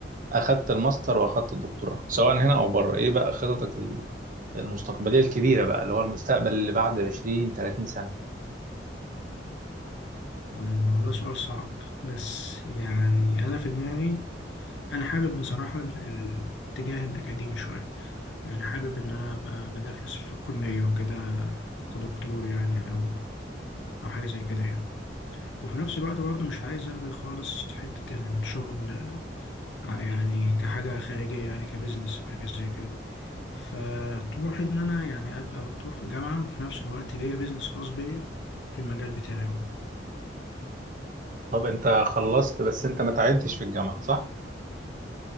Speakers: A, on the right (about 45°); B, on the left (about 80°).
A: اخدت الماستر واخدت الدكتوراه سواء هنا او بره ايه بقى خططك المستقبلية الكبيرة بقى اللي هو المستقبل اللي بعد 20 30 سنة
B: آه، والله سؤال صعب بس يعني أنا في دماغي أنا حابب بصراحة ال- الاتجاه الأكاديمي شوية يعني حابب إن أنا أبقى بدرس في الكلية وكده كدكتور يعني أو أو حاجة زي كده يعني وفي نفس الوقت برضه مش عايز ألغي خالص حتة الشغل آه، يعني كحاجة خارجية يعني كبزنس أو حاجة زي كده فطموحي ان انا يعني ابقى دكتور في الجامعه وفي نفس الوقت ليا بيزنس خاص بيا في المجال بتاعي بقى
A: طب انت خلصت بس انت ما تعينتش في الجامعة صح؟